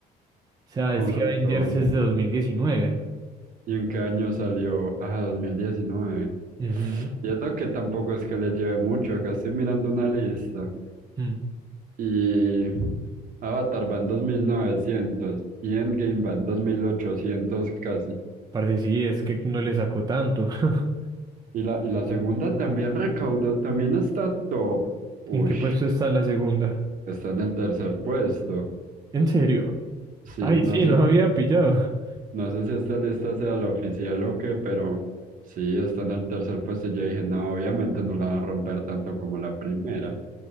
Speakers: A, on the right; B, on the right.
A: O sea,
B: Con
A: es que
B: razón.
A: Avengers es de 2019.
B: ¿Y en qué año salió? Ah, 2019.
A: Ujú.
B: Y eso que tampoco es que le lleve mucho, acá estoy mirando una lista.
A: Mm.
B: Y Avatar va en 2900 y Endgame va en 2800 casi.
A: Parce, sí, es que no le sacó tanto. <laughs>
B: Y la, y la segunda también recaudó, también está top. Uy,
A: ¿En qué puesto está la segunda?
B: está en el tercer puesto.
A: ¿En serio?
B: Sí,
A: Ay,
B: no
A: sí,
B: sé,
A: no había
B: si,
A: pillado.
B: no sé si esta lista sea la oficial o qué, pero sí, está en el tercer puesto. y Yo dije, no, obviamente no la van a romper tanto como la primera.